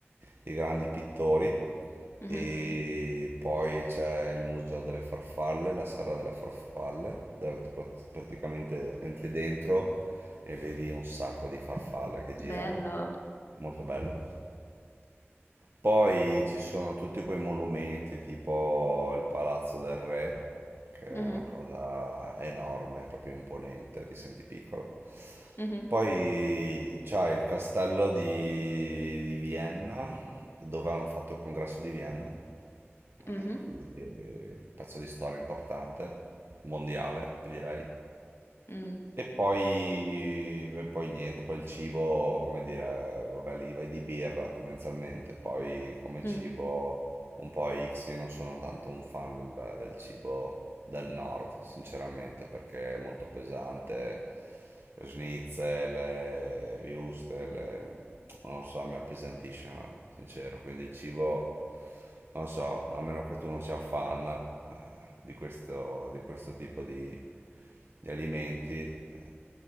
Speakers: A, on the right (about 60°); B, on the left (about 65°).
A: di grandi pittori,
B: Mh-mh.
A: e poi c'è il Museo delle Farfalle, la Serra delle Farfalle, dove tu prat- praticamente entri dentro e vedi un sacco di farfalle che girano,
B: Bello.
A: molto bello. Poi ci sono tutti quei monumenti, tipo il Palazzo del Re, che è
B: Mh-mh.
A: una cosa enorme, proprio imponente, ti senti piccolo.
B: Mh-mh.
A: Poi c'è il castello di, di Vienna, dove hanno fatto il congresso di Vienna.
B: Mh-mh.
A: Eh, quindi, eh, pezzo di storia importante, mondiale, vi direi.
B: Mh.
A: E poi, e poi niente, poi il cibo, come dire, vabbè, lì vai di birra tendenzialmente, poi come
B: Mh.
A: cibo un po' X, io non sono tanto un fan del, del cibo del nord, sinceramente, perché è molto pesante, schnitzel, le würstel, le- non lo so, mi appesantisce, ma sincero, quindi il cibo non so, a meno che tu non sia fan eh, di questo, di questo tipo di, di alimenti, eh,